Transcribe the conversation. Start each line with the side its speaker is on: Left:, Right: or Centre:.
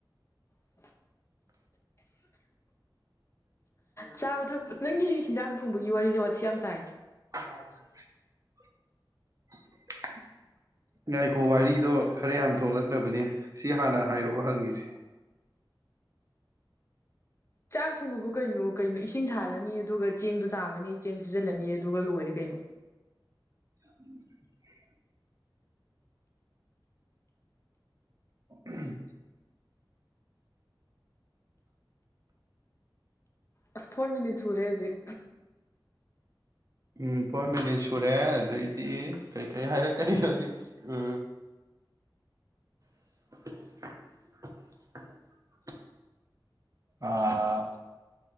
Left: <unintelligible> ꯆꯥꯕ ꯊꯛꯄ ꯅꯪꯒꯤ ꯍꯟꯖꯥꯡ ꯊꯣꯡꯕꯒꯤ ꯋꯥꯔꯤꯁꯦ ꯋꯥ ꯌꯥꯝ ꯇꯥꯏ
Right: <inaudible> ꯉꯥꯏꯈꯣ ꯋꯥꯔꯤꯗꯣ ꯈꯔ ꯌꯥꯝ ꯊꯣꯛꯂꯛꯅꯕꯅꯦ ꯁꯤ ꯍꯥꯟꯅ ꯍꯥꯏꯔꯛꯑꯣ ꯍꯪꯉꯁꯤꯦ
Left: ꯆꯥꯛ ꯊꯣꯡꯕꯕꯨ ꯀꯩꯅꯣ ꯀꯩꯅꯣ ꯏꯁꯤꯡ ꯁꯥꯔꯅꯤ ꯑꯗꯨꯒ ꯆꯦꯡꯗꯣ ꯆꯥꯝꯃꯅꯤ ꯆꯦꯡ ꯁꯨꯖꯜꯂꯅꯤ ꯑꯗꯨꯒ ꯂꯣꯏꯔꯦ ꯀꯩꯅꯣ
Right: <inaudible> ꯎꯝ
Left: ꯑꯁ ꯐꯣꯔ ꯃꯤꯅꯤꯠ ꯁꯨꯔꯦ ꯍꯧꯖꯤꯛ
Right: ꯎꯝ ꯐꯣꯔ ꯃꯤꯅꯤꯠ ꯁꯨꯔꯦ ꯑꯗꯩꯗꯤ ꯀꯩ ꯀꯩ ꯍꯥꯏꯔꯛꯀꯅꯤ ꯍꯧꯖꯤꯛ ꯎ <inaudible> ꯑꯥ